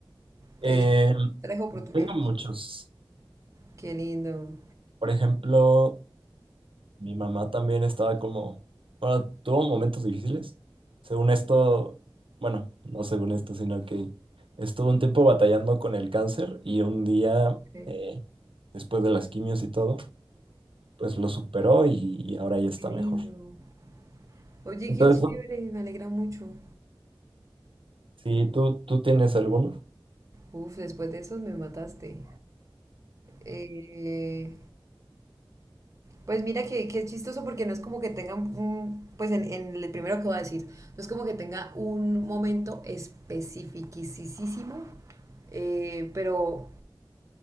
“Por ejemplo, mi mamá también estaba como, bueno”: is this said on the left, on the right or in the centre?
Right